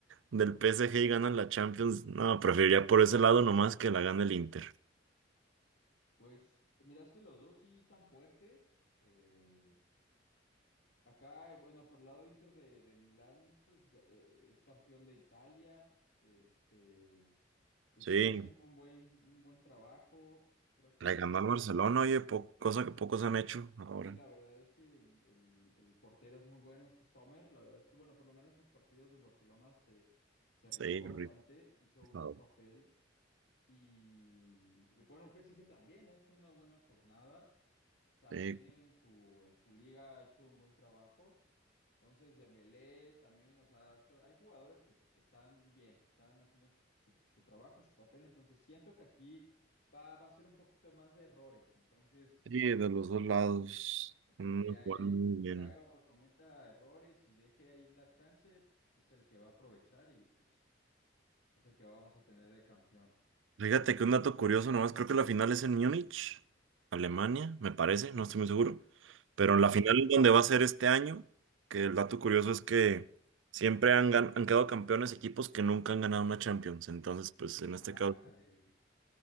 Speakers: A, on the right; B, on the left.
A: del PSG y ganan la Champions. No, preferiría por ese lado nomás que la gane el Inter.
B: Pues mira, es que los dos sí están fuertes. eh, acá, eh, bueno, por el lado de Inter de, de Milán, pues ga- eh, es campeón de Italia. Este, eh,
A: Sí,
B: viene haciendo un buen, un buen trabajo. Creo que
A: le ganó
B: el-
A: al Barcelona, oye, po- cosa que pocos han hecho ahora.
B: sí, la verdad es que el, el- el portero es muy bueno, este Sommer. La verdad es que, bueno, por lo menos en los partidos del Barcelona se, se
A: Sí,
B: rifó bastante, hizo
A: rifado.
B: un buen papel. Y bueno, el PSG también ha hecho una buena jornada. también
A: Sí,
B: en su, en su liga ha hecho un buen trabajo. Entonces, Dembélé también, o sea, so- hay jugadores que est- están bien, están haciendo su, su- su trabajo, su papel. Entonces, siento que aquí va, va a ser un poquito más de errores. Entonces,
A: Sí, de los dos lados. Mm,
B: el que
A: jugaron
B: eh, pues
A: muy bien.
B: haga o cometa errores y deje ahí la chance es el que va a aprovechar y pues es el que vamos a tener de campeón.
A: Fíjate que un dato curioso nomás, creo que la final es en Múnich, Alemania, me parece, no estoy muy seguro. Pero
B: Ajá.
A: la final es donde va a ser este año, que el dato curioso es que siempre han, gan- han quedado campeones equipos que nunca han ganado una Champions. Entonces, pues en este
B: Ájale.
A: caso,